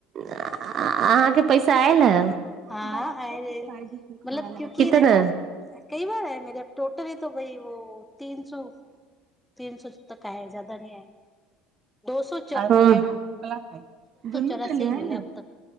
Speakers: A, on the right; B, in the centre.
A: अहाँके पैसा आयल हइ
B: हाँ अरे मतलब क्योंकि
A: कितना
B: देखो कई बार है मेरे अब टोटल ही तो वही वो तीन सौ तीन सो तक आय जाददा न आय दो सो
A: क्सियम दुनू
B: चौरासी
A: दे
B: ही
A: है
B: मिले
A: ने
B: अब तक